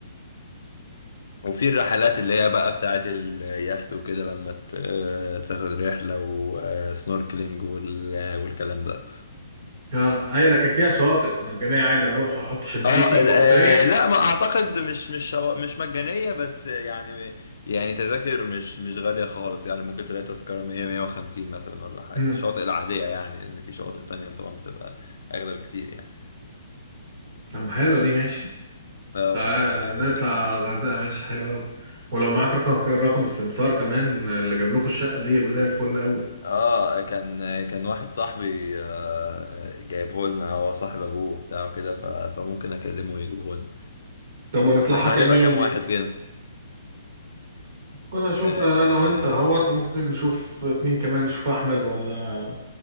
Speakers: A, on the left; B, on the right.
A: وفي الرحلات اللي هي بقى بتاعت اليخت وكده لما ت- تاخد رحلة وسنوركلينج والكلام ده
B: اه ايوه لكن فيها شواطئ مجانية عادي اروح احط شمسيتي
A: اه
B: وكرسية
A: ال- آه، لا ما اعتقد مش مش شو- مش مجانية بس يعني يعني تذاكر مش مش غالية خالص يعني ممكن تلاقي تذكرة 100 150 مثلا ولا حاجة
B: امم
A: الشواطئ العادية يعني لأن في شواطئ تانية طبعا بتبقى أغلى بكتير يعني
B: طب حلوة دي ماشي
A: اه
B: تعال
A: والله
B: نطلع على الغردقة ماشي حلو قوي ولو معاك رقم رقم السمسار كمان اللي جاب لكم الشقة دي يبقى زي الفل قوي
A: اه كان كان واحد صاحبي آه، جايبه لنا هو صاحب ابوه بتاعه كده ف- فممكن اكلمه ويجيبه لنا
B: طب ونطلعها
A: احنا
B: كام
A: هنبقى
B: يوم
A: كام
B: دي؟
A: واحد كده
B: ممكن اشوف
A: آه،
B: انا وانت اهوت ممكن نشوف اتنين كمان نشوف احمد ولا